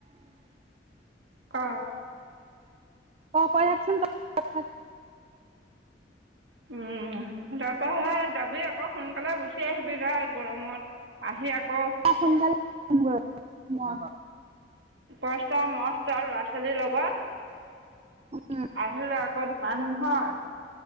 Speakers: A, on the right; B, on the right.
A: কহ-
B: অহ কৈ থাকচোন তই
A: উমঁ তাৰপা সেই যাবি আকৌ আকৌ সোনকালে গুচি আহিবি যাই গৰমত আহি আকৌ
B: সোনকালোম আহিম গৰমত।
A: কষ্ট মষ্ট ল'ৰা ছোৱালীৰ লগত।
B: উম,
A: আহিলো আকৌ ধুমাধুম হয়।